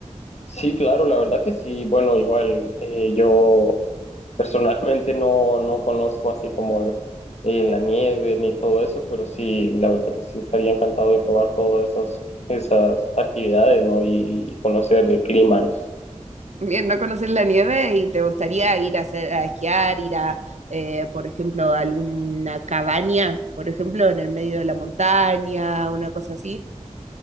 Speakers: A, on the left; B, on the right.
A: Sí, claro, la verdad que sí. Bueno, igual eh, yo personalmente no, no conozco así como eh, la nieve ni todo eso, pero sí, la verdad que sí estaría encantado de probar todas esas, esas actividades, ¿no? Y conocer el clima, ¿no?
B: Bien, no conoces la nieve y te gustaría ir a, hacer, a esquiar, ir a, eh, por ejemplo, a alguna cabaña, por ejemplo, en el medio de la montaña, una cosa así.